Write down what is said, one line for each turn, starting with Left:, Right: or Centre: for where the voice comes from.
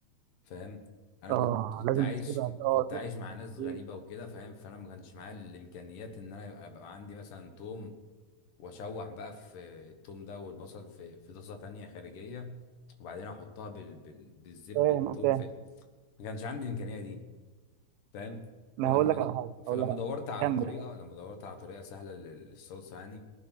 Left: فاهم انا
Right: اه
Left: كنت كنت
Right: لازم
Left: عايش
Right: تسيبها
Left: كنت
Right: اه
Left: كنت عايش مع ناس غريبه
Right: تسيبها.
Left: وكده فاهم فانا ما كانش معايا الامكانيات ان انا يبقى يبقى عندي مثلا توم واشوح بقى في التوم ده والبصل في في طاسه تانية خارجيه وبعدين احطها بال... بال... بالزب
Right: فاهم
Left: التوم
Right: فاهم
Left: فاهم ما كانش عندي الامكانيه دي فاهم
Right: ما
Left: فلما
Right: هقول لك
Left: د...
Right: على حاجه
Left: فلما
Right: هقول لك على
Left: دورت
Right: حاجه
Left: على
Right: كمل
Left: طريقه لما دورت على طريقه سهله لل- للصلصه يعني